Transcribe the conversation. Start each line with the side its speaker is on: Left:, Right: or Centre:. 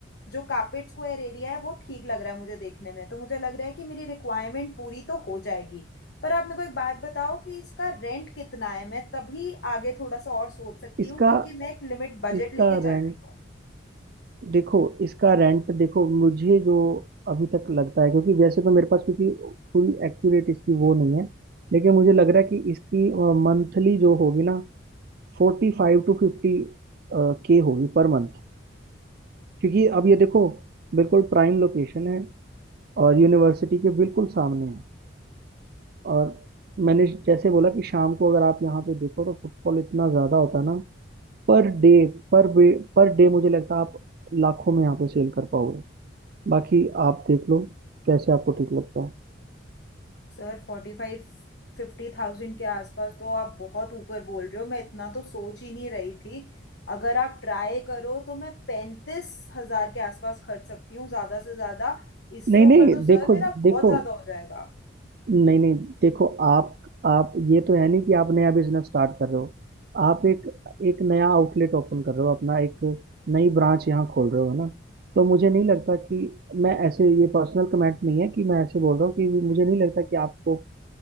Left: जो कार्पेट स्क्वायर एरिया है वो ठीक लग रहा है मुझे देखने में तो मुझे लग रहा है कि मेरी रिक्वायरमेंट पूरी तो हो जाएगी पर आप मेरे को एक बात बताओ कि इसका रेंट कितना है मैं तभी आगे थोड़ा सा और सोच सकती
Right: इसका
Left: हूँ क्योंकि मैं एक लिमिट बजट
Right: इसका
Left: लेके चल
Right: रेंट
Left: रही हूँ
Right: देखो इसका रेंट देखो मुझे जो अभी तक लगता है क्योंकि वैसे तो मेरे पास क्योंकि पूरी एक्यूरेट इसकी वो नहीं है लेकिन मुझे लग रहा है कि इसकी मंथली जो होगी ना फोर्टी फाइव टू फिफ्टी के होगी पर मंथ क्योंकि अब ये देखो बिल्कुल प्राइम लोकेशन है और यूनिवर्सिटी के बिल्कुल सामने है और मैंने जैसे बोला कि शाम को अगर आप यहाँ पे देखो तो फुटफॉल इतना ज्यादा होता है ना per day per day per day मुझे लगता है आप लाखों में यहाँ पे सेल कर पाओगे बाकी आप देख लो कैसे आपको ठीक लगता है
Left: Sir forty five fifty thousand के आसपास तो आप बहुत ऊपर बोल रहे हो मैं इतना तो सोच ही नहीं रही थी अगर आप ट्राई करो तो मैं पैंतीस हजार के आसपास खर्च सकती हूँ ज्यादा से ज्यादा इससे
Right: नहीं
Left: ऊपर
Right: नहीं
Left: तो
Right: देखो
Left: सर मेरा बहुत
Right: देखो
Left: ज्यादा हो जाएगा
Right: नहीं नहीं देखो आप आप ये तो है नहीं कि आप नया बिजनेस स्टार्ट कर रहे हो आप एक एक नया आउटलेट ओपन कर रहे हो अपना एक नई ब्रांच यहाँ खोल रहे हो है ना तो मुझे नहीं लगता कि मैं ऐसे ये पर्सनल कमेंट नहीं है कि मैं ऐसे बोल रहा हूँ कि मुझे नहीं लगता कि आपको